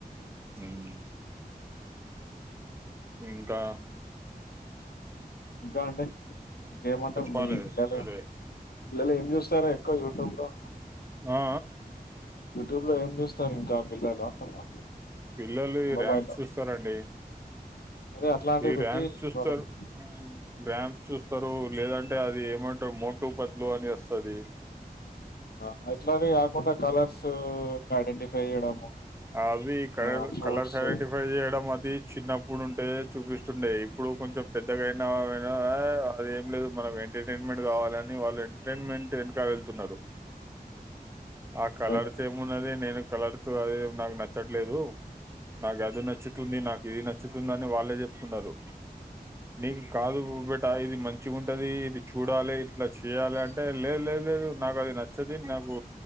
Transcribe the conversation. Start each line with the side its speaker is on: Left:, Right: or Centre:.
Right: రాములు ఎంకా
Left: ఇంక అంటే ఇంకేమంటారు
Right: చెప్పాలి
Left: మీ పిల్లలూ
Right: మీరే
Left: పిల్లలు ఏం చూస్తారు ఎక్కువ యూట్యూబ్ లో
Right: ఆ
Left: యూట్యూబ్ లో ఏం చూస్తారు ఇంక పిల్లలు అంటున్నా
Right: పిల్లలు ఇ
Left: మొబైల్‌లో.
Right: ర్యామ్స్ చూస్తారండి
Left: అదే అట్లాంటివి
Right: ఈ
Left: పెట్టి
Right: ర్యామ్స్ చూస్తరు
Left: వాళ్ళకి
Right: ర్యామ్స్ చూస్తారు లేదంటే అదీ మోటు మోటు పత్లు అని వస్తది
Left: ఆ అట్లనే కాకుండ కలర్స్ ఐడెంటిఫై చేయడము.
Right: అవి కలర్
Left: ఆహ్, ఫ్రూట్స్
Right: కలర్స్ ఐడెంటిఫై చేయడం అది చిన్నప్పుడు ఉంటే చూపిస్తుండే ఇప్పుడు కొంచెం పెద్దగయిన నా విగా ఐ అది ఏం లేదు మనం ఎంటర్టైన్మెంట్ కావాలని వాళ్ళు ఎంటర్టైన్మెంట్ వెనక వెళ్తున్నరు ఆ కలర్స్
Left: అదే కదా!
Right: ఏమున్నది నేను <unintelligible> అదే నాకు నచ్చట్లేదు నాకు అది నచ్చుతుంది నాకు ఇది నచ్చుతుంది అని వాళ్ళే చెప్తున్నారు నీకు కాదు <unintelligible> ట ఇది మంచి గుంటది ఇది చూడాలి ఇట్లా చేయాలి అంటే లే లే లేదు నాకు అది నచ్చది నాకు